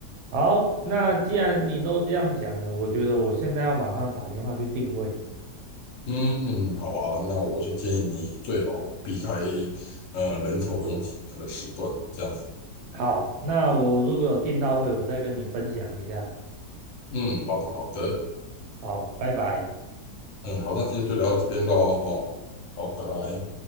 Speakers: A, on the right; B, on the left.
A: 好，那既然你都这样讲了，我觉得我现在要马上打电话去定位。
B: 嗯嗯，嗯好啊，那我是建议你最好避开呃人潮拥挤那个时段，这样子。
A: 好，那我如果有订到位，我再跟你分享一下。
B: 嗯，好的好的，
A: 好，拜拜。
B: 嗯好，那今天就聊到这边喽，好，好，拜拜。